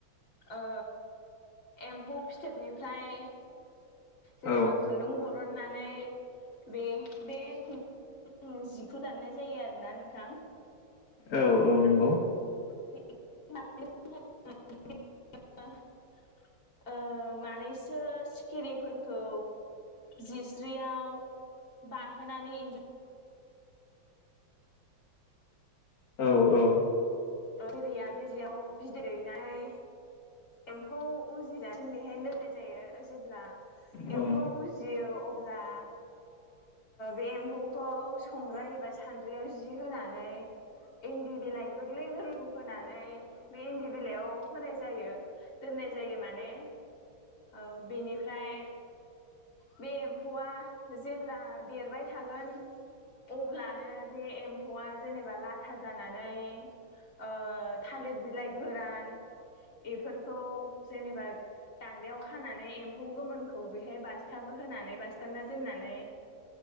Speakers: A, on the left (about 70°); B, on the left (about 50°).
A: ओ एम्फौ फिथोबनिफ्राय जेनेबा
B: औ
A: खुन्दुं बरननानै बे बे खु जिखौ दाननाय जायो आरोना नोंथां
B: औ औ नंगौ
A: <unintelligible> ओ मानैसो सिखिरिफोरखौ जिस्रियाव बाहोनानै इन्जु
B: औ औ
A: एरिया बेरियाव बिदै दैनानै एम्फौ उजिजासिम बेहायनो दोननाय जायो जेब्ला
B: औ
A: एम्फौ
B: औ
A: उजियो अब्ला बे एम्फौखौ संग्राय एबा सान्द्रियाव जि होनानै इन्दि बिलाइ गो गोरगलै गोरलैखौ होनानै बे इन्दि बिलाइयाव होनाय जायो दोननाय जायो माने औ बेनिफ्राय बे एम्फौआ जेब्ला देरबाय थागोन अब्लानो बे एम्फौआ जेनेबा लाथा जानानै ओ थालिर बिलाइ गोरान बेफोरखौ जेनेबा दान्दायाव खानानै एम्फौ गोमोनखौ बेहाय बासथाब होनानै बासथाबना दोननानै